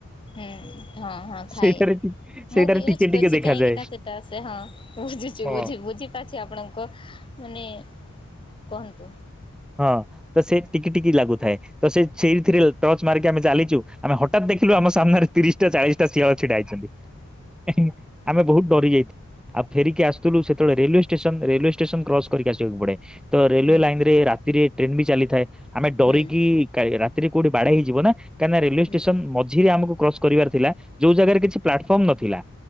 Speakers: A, on the left; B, in the centre.
A: <inaudible> ହଁ ହଁ ଥାଏ
B: ସେଇଟାରେ ଟି ସେଇଟାରେ
A: ମୁଁ ବି
B: ଟିକେ
A: ୟୁଜ୍ କରିଛି
B: ଟିକେ ଦେଖାଯାଏ
A: କାହିଁକି ନା ସେଟା ସେ ହଁ ବୁଝୁଛି
B: ହଁ।
A: ବୁଝି ବୁଝି <unintelligible> ଆପଣଙ୍କୁ ମାନେ କୁହନ୍ତୁ।
B: ହଁ ତ ସେ ଟିକି ଟିକି ଲାଗୁଥାଏ। ତ ସେ ସେଇଥିରେ ଟର୍ଚ୍ଚ ମାରିକି ଆମେ ଚାଲିଛୁ ଆମେ ହଠାତ୍ ଦେଖିଲୁ ଆମ ସାମ୍ନାରେ ତିରିଶଟା ଚାଳିଶ ଟା ଶିଆଳ ଛିଡା ହେଇଛନ୍ତି <inaudible> ଆମେ ବହୁତ ଡରି ଯାଇ ଆଉ ଫେରିକି ଆସୁଥୁଲୁ ସେତେବେଳେ railway station railway station cross କରିକି ଆସିବାକୁ ପଡେ ତ ରେଲୱେ
A: ହୁଁ
B: ଲାଇନରେ ରାତିରେ ଟ୍ରେନ ବି ଚାଲିଥାଏ ଆମେ ଡରିକି
A: ହୁଁ
B: <inaudible> ରାତିରେ କୋଉଠି ବାଡେଇ ହେଇଯିବ ନା କାରନା ରେଲୱେ
A: ହୁଁ
B: ଷ୍ଟେସନ ମଝିରେ ଆମକୁ୍ କ୍ରସ କରିବାର ଥିଲା ଯୋଉ ଜାଗାରେ କିଛି ପ୍ଲାଟଫର୍ମ ନଥିଲା।